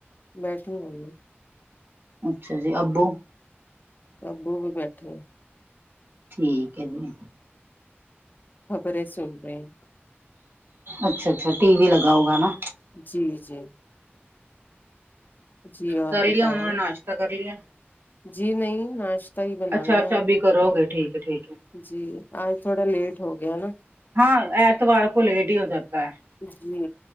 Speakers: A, on the left; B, on the right.
A: بیٹھی ہوں میں،
B: اچھا جی ابو
A: سبو بھی بیٹے ہیں
B: ٹھیک ہے جی
A: خبریں سن رہے ہیں
B: اچھا اچھا ٹی وی لگا ہوگا نا
A: جی جی جی اور
B: کر
A: بتائیں
B: لیا انہوں نے ناشتہ کر لیا
A: جی نہیں ناشت تا ہی بنانا
B: اچھا
A: ہے
B: اچھا
A: آپ
B: ابھی
A: نے
B: کرو گے ٹھیک ہے ٹھیک ہے
A: جی آج تھوڑا لیٹ ہو گیا نا
B: ہاں ایتوار کو لیٹ ہی ہو سکتا ہے
A: جی